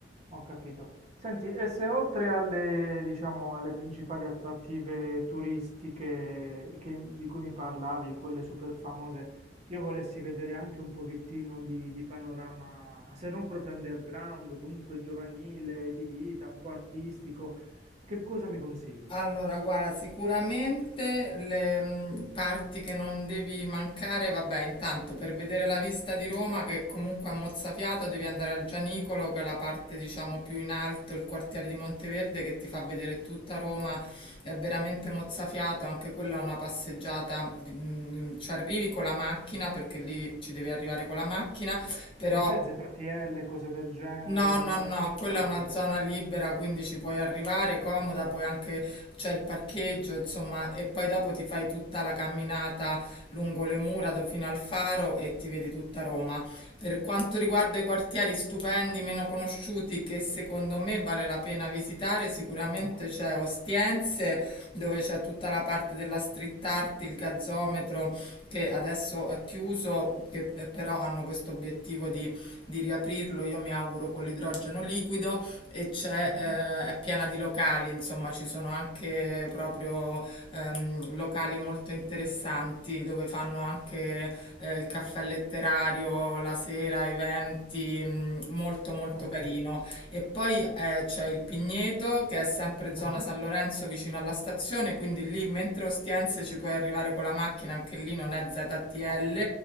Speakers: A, on the right; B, on the left.
A: ho capito. Senti, e se oltre alle, diciamo, alle principali attrattive turistiche che- di cui mi parlavi, quelle super famose, io volessi vedere anche un pochettino di, di panorama, se non proprio underground, comunque giovanile, di vita, un po' artistico, che cosa mi consigli?
B: Allora, guarda, sicuramente le mh, parti che non devi mancare, vabbè, intanto per vedere la vista di Roma, che comunque è mozzafiato, devi andare al Gianicolo, che è la parte, diciamo, più in alto, il quartiere di Monteverde, che ti fa vedere tutta Roma, è veramente mozzafiato, anche quella è una passeggiata, mh, ci arrivi con la macchina, perché lì ci devi arrivare con la macchina, però
A: Non c'è ZTL, cose del genere,
B: No,
A: limitazioni?
B: no, no, quella
A: Ok,
B: è una zona libera, quindi ci puoi arrivare comoda,
A: a posto.
B: poi anche c'è il parcheggio, insomma, e poi dopo ti fai tutta la camminata lungo le mura do- fino al faro e ti vedi tutta Roma. Per quanto riguarda i quartieri stupendi, meno conosciuti, che secondo me vale la pena visitare, sicuramente
A: Mhm,
B: c'è Ostiense, dove c'è tutta la parte della street art, il gazzometro, che adesso è chiuso, che eh, però hanno questo obiettivo di di riaprirlo, io mi auguro con l'idrogeno liquido e c'è,
A: mhm,
B: eh, è piena di locali, insomma ci sono anche proprio ehm, locali molto interessanti dove fanno anche eh, il caffè letterario la sera, eventi, mh, molto molto
A: Ok,
B: carino. E poi eh, c'è il Pigneto che è sempre
A: mhm,
B: zona San Lorenzo vicino alla stazione, quindi lì mentre Ostiense ci puoi arrivare con la macchina, anche lì non è ZTL,
A: ok.